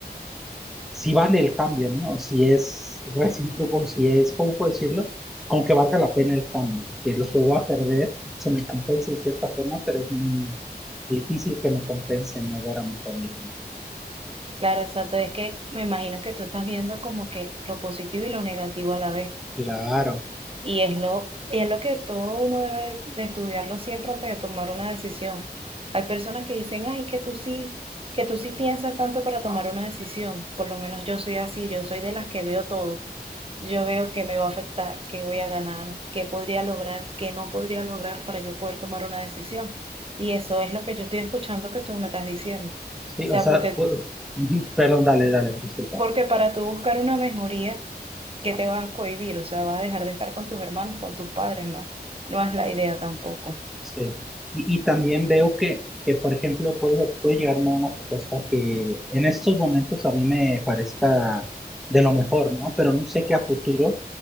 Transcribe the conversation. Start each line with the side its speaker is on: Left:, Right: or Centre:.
Centre: si vale el cambio, ¿no? Si es recíproco, si es, ¿cómo puedo decirlo? Aunque valga la pena el cambio, que lo que voy a perder se me compense de cierta forma, pero es muy difícil que me compense no ver a mi familia.
Right: Claro, exacto. Es que me imagino que tú estás viendo como que lo positivo y lo negativo a la vez.
Centre: Claro.
Right: Y es lo, y es lo que todo uno debe de estudiarlo siempre antes de tomar una decisión. Hay personas que dicen, ay, que tú sí, que tú sí piensas tanto para tomar una decisión. Por lo menos yo soy así, yo soy de las que veo todo. yo veo que me va a afectar, qué voy a ganar, qué podría lograr, qué no podría lograr para yo poder tomar una decisión. Y eso es lo que yo estoy escuchando que tú me estás diciendo. O
Centre: Sí,
Right: sea,
Centre: o sea,
Right: porque,
Centre: pu- ujú, perdón, dale, dale, disculpa.
Right: porque para tú buscar una mejoría, ¿qué te va a cohibir? O sea, vas a dejar de estar con tus hermanos, con tus padres, no. No es la idea tampoco.
Centre: Sí. Y, y también veo que, que, por ejemplo, puede, puede llegarme a una propuesta que en estos momentos a mí me parezca de lo mejor, ¿no? Pero no sé que a futuro